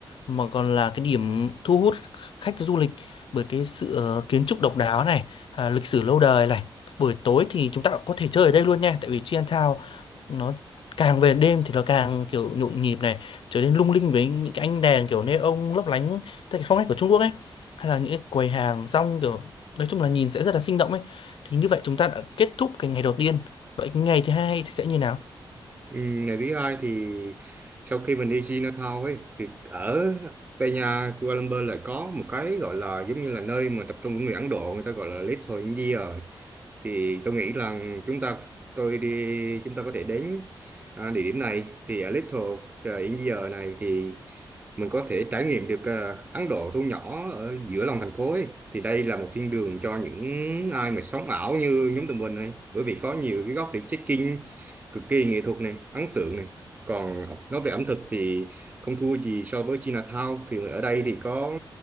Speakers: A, on the left; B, on the right.
A: mà còn là cái điểm thu hút khách du lịch bởi cái sự ờ, kiến trúc độc đáo này à, lịch sử lâu đời này buổi tối thì chúng ta cũng có thể chơi ở đây luôn nha tại vì Chinatown nó càng về đêm thì nó càng kiểu nhộn nhịp này trở nên lung linh với những cái ánh đèn kiểu neon lấp lánh theo cái phong cách của Trung Quốc ấy hay là những cái quầy hàng rong kiểu nói chung là nhìn sẽ rất là sinh động ấy thì như vậy chúng ta đã kết thúc cái ngày đầu tiên vậy cái ngày thứ hai thì sẽ như nào
B: Ừm, ngày thứ hai thì sau khi mình đi Chinatown ấy thì ở Peña Kuala Lumpur lại có một cái gọi là giống như là nơi mà tập trung của người Ấn Độ người ta gọi là Little India thì tôi nghĩ rằng chúng ta tôi đi chúng ta có thể đến à, địa điểm này thì ở Little ờ, India này thì mình có thể trải nghiệm được ờ, Ấn Độ thu nhỏ ở giữa lòng thành phố ấy. Thì đây là một thiên đường cho những ai mà sống ảo như nhóm tụi mình ấy. Bởi vì có nhiều cái góc để check-in cực kỳ nghệ thuật này, ấn tượng này. Còn nói về ẩm thực thì không thua gì so với Chinatown. Thì ở đây thì có